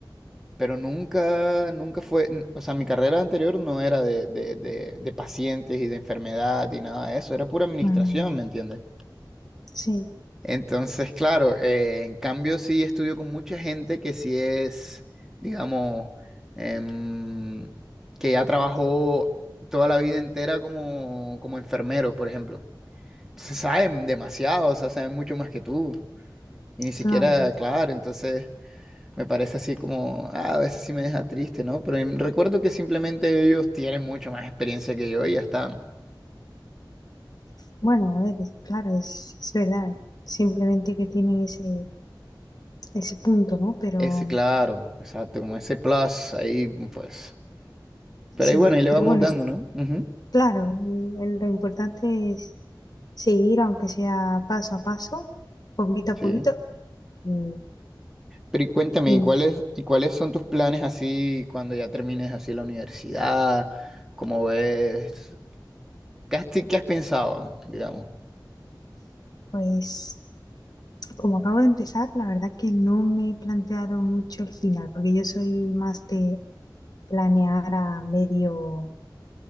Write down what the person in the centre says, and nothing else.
pero nunca, nunca fue, n- o sea, mi carrera anterior no era de, de, de, de pacientes y de enfermedad y nada de eso, era pura administración,
¿me entiendes?
Entonces, claro, eh, en cambio sí estudio con mucha gente que sí es, digamos, em, que ya trabajó toda la vida entera como, como enfermero, por ejemplo. se saben demasiado, o sea, saben mucho más que tú. Y ni siquiera,
claro, entonces me parece así como, ah, a veces sí me deja triste, ¿no? Pero em, recuerdo que simplemente ellos tienen mucho más experiencia que yo y ya está, ¿no?
Ese, claro, exacto, como ese plus ahí, pues. Pero
ahí bueno, ahí le
vamos
dando,
¿no? Ujú,
sí.
Pero y cuéntame,
¿y cuáles, y cuáles son tus planes así cuando ya termines así la universidad? ¿Cómo ves? ¿Qué has, qué has pensado, digamos?